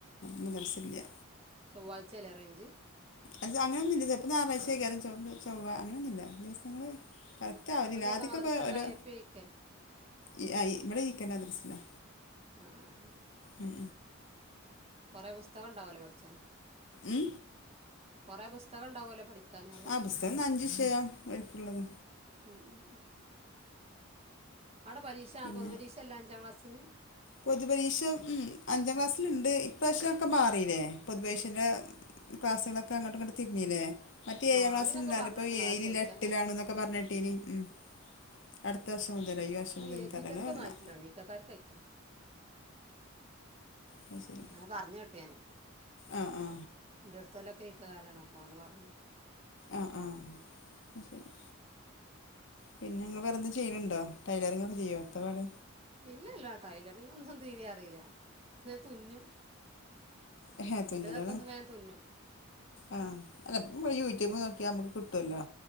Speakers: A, on the left; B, on the right.
A: മദർസ് ഇല്ല്യ
B: ചൊവ്വാഴ്ചേലെ റൈഞ്ച്
A: അല്ല അങ്ങനൊന്നുല്ല. ചെൽപ്പം ഞാറാഴ്ച്ചേയ്ക്കാരം ചൊവ് ചൊവ്വ അങ്ങനൊന്നുല്ല ദിവസങ്ങള് കറക്റ്റ് ആവലില്ല
B: അതേതാ
A: ആദിക്കൊക്കെ
B: മദ്രസ ഏതാ
A: ഒരു
B: എ പി ഐക്ക്
A: ഈ അ ഇ ഇവടെ ഈക്കന്റമദർസിലാ
B: ആഹ്
A: ഉം
B: കൊറേ പുസ്തകം ഇണ്ടാവല്ലോ പട്‌ച്ചാന്
A: ഉം
B: കൊറേ പുസ്തകണ്ടാവല്ലോ പഠിക്കാന്
A: ആ പുസ്തകം ന്ന് അഞ്ചിഷയം ഓര്ക്ക്ള്ളത്
B: ഉം അടെ പരീക്ഷാ
A: പിന്നെ
B: പൊതു പരീക്ഷല്ല അഞ്ചാം ക്ലാസ്സിന്
A: പൊതുപരീക്ഷ ഉം അഞ്ചാം ക്ലാസ്സ്ല്ണ്ട് ഇപ്രാവശ്യൊക്കെ മാറീല്ലേ പൊതുപരീക്ഷന്റെ ക്ലാസ്കളൊക്കെ അങ്ങട്ടും ഇങ്ങട്ടും തിര്ഞിലെ മറ്റേ
B: മാറി
A: ഏയാം ക്ലാസ്സില്ണ്ടാല
B: എന്നൊക്കെ പറഞ്ഞിട്ടുണ്ട്
A: ഇപ്പം
B: അതാ
A: ഏയിലില്ല
B: ചോദിച്ചാൽ
A: എട്ടിലാണ്ന്നൊക്കെ
B: കാരണം
A: പറഞ്ഞെ ഹ് ട്ടീനി ഉം അട്‌ത്തർഷം മുതലാ ഈ വർഷം
B: ആ
A: മുതൽ <unintelligible>
B: എ പി തോൽക്കൊന്നും
A: ഒന്നാ
B: ആയിട്ടില്ലാണ് ഈക്കക്കാർക്ക് അയക്കണം
A: അത് ശരി
B: പർഞ്ഞ് വിട്ട് ഞാന്
A: ആ ആ
B: ന്റോട്‌ത്തോലൊക്കെ ഇക്ക കാരാണം ഓനെ പറഞ്ഞ് വിട്ട്
A: ആ ആഹ് അഹ് ശരി പിന്നെ ഇങ്ങൾ വേറെന്തെങ്കിലും ചെയ്യ്ണ് ണ്ടോ ടൈലറിങ് ഒക്കെ ചെയ്യോ എത്താ പാട്
B: ഇല്ലല്ല ടൈലെറിങ് ഒന്നും തീരേ അറീല്ല ന്നെ തുന്നും.
A: എഹേ തുന്നലളാ
B: എൻ്റെതൊക്കെ ഒന്ന് വേഗം തുന്നും
A: ആഹ് അല്ലയിപ്പ യൂട്യൂബ് നോക്കിയാ നമ്മെക്ക് കിട്ടൊല്ലോ.